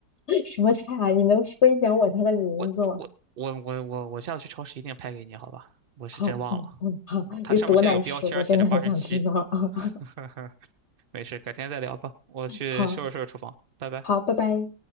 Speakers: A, on the left; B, on the right.
A: <laughs> 什么菜啊？你能分享我它的名字吗？
B: 我我我我我我下次去超市一定拍给你，好吧？我是真忘了
A: 好，嗯嗯，好，
B: 啊，它上面现在有标签儿写着八十七，
A: 有多难吃？我真的很想知道啊！<laughs>
B: <laughs> 没事，改天再聊吧。我去收拾收拾厨房，
A: 好
B: 拜拜。
A: 好，拜拜。